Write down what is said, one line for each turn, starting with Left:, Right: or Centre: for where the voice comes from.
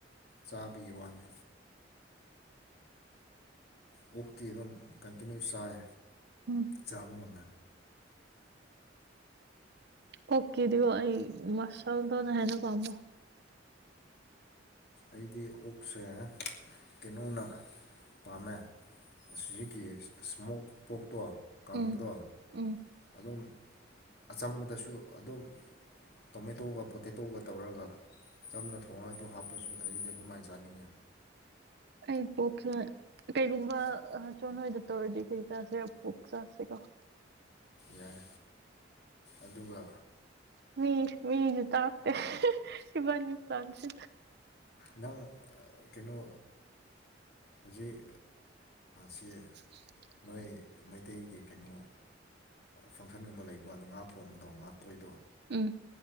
Left: ꯆꯥꯕꯒꯤ ꯋꯥꯅꯤ ꯑꯣꯞꯇꯤ ꯑꯗꯨꯝ ꯀꯟꯇꯤꯅ꯭ꯌꯨ ꯆꯥꯏ
Right: ꯎꯝ
Left: ꯆꯥꯕꯥ ꯉꯝ ꯃꯦ
Right: ꯑꯣꯛ ꯀꯤꯗ ꯑꯩ ꯃꯁꯜꯗꯅꯍꯦꯟꯅ ꯄꯥꯝꯕ
Left: ꯑꯩꯗꯤ ꯑꯣꯛꯁꯦ ꯀꯩꯅꯣꯅ ꯄꯥꯝꯃꯦ ꯑꯁꯤꯒꯤꯀꯤ ꯏꯁꯃꯣꯛ ꯄꯣꯛ ꯄꯣꯠꯇꯣ ꯀꯪꯕꯗꯣ
Right: ꯎꯝ ꯎꯝ
Left: ꯑꯗꯨꯝ ꯑꯆꯝꯕꯗꯁꯨ ꯑꯗꯨꯝ ꯇꯣꯃꯦꯇꯣꯒ ꯄꯣꯇꯦꯇꯣꯒ ꯇꯧꯔꯒ ꯆꯝꯅ ꯊꯣꯡꯉꯒ ꯑꯗꯨ ꯍꯥꯞ ꯆꯄꯁꯨ ꯑꯩꯗꯤ ꯑꯗꯨꯃꯥꯏꯅ ꯆꯥꯅꯤꯡꯉꯦ
Right: ꯑꯩ ꯄꯣꯛꯁ ꯀꯩꯒꯨꯝꯕ ꯁꯣꯟ ꯍꯣꯏꯗ ꯇꯧꯔꯗꯤ ꯀꯩ ꯆꯁꯤꯔ ꯄꯨꯣꯛ ꯆꯁꯤꯀꯣ
Left: ꯌꯥꯏ ꯑꯗꯨꯒ
Right: ꯃꯤ ꯃꯤꯖ ꯇꯥꯛꯇꯦ ꯏꯕꯥꯟꯅꯤ ꯄ꯭ꯂꯥꯟꯁꯤ
Left: ꯅꯪ ꯀꯩꯅꯣ ꯍꯧꯖꯤꯛ ꯁꯤ
Right: <inaudible>
Left: ꯅꯣꯏ ꯃꯩꯇꯩꯒꯤ ꯀꯩꯅꯣ ꯐꯪꯁꯟꯒꯨꯝꯕ ꯂꯩꯕꯗ ꯉꯥ ꯊꯣꯡꯕꯗꯣ ꯉꯥ ꯑꯇꯣꯏꯗꯣ
Right: ꯎꯝ